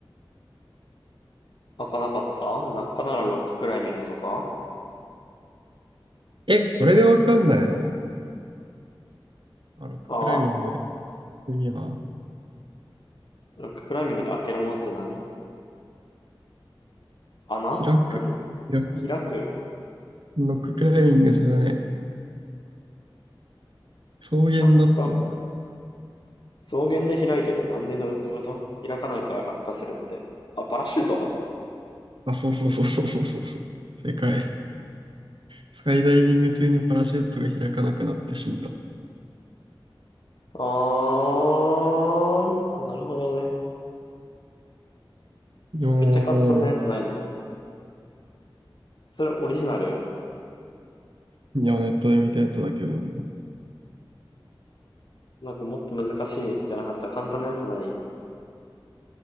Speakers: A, on the left; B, on the right.
A: 開かなかった落下ならロッククライミングとか
B: え、これでわかんないのあ、ロッククライミングで。
A: ああ
B: 次は、
A: ロッククライミングで開けるものって何穴何
B: 開く。開かん
A: 開く
B: ロッククライミングじゃない。草原だってば。
A: 落下草原で開いてる。なんでど、ういうこと開かないから落下するって。あ、パラシュート
B: あ、そうそうそうそうそうそうそう。正解。スカイダイビング中にパラシュートが開かなくなって死んだ。
A: あー、なるほどね。
B: いやー、
A: めっちゃ簡単なやつないの。それオリジナル
B: いや、ネットで見たやつだけど、
A: なんかもっと難しいじゃなかった。簡単なやつない